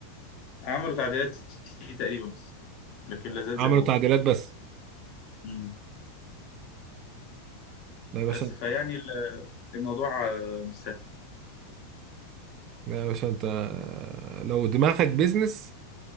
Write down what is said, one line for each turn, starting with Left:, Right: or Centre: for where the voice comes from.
Left: عملوا تعديلات فيه تقريبا بس لكن لا زال
Right: عملوا
Left: زي ما هو
Right: تعديلات بس
Left: مم.
Right: لا يا باشا
Left: بس فيعني ال- الموضوع آه، مش سهل
Right: لا يا باشا انت لو دماغك بيزنس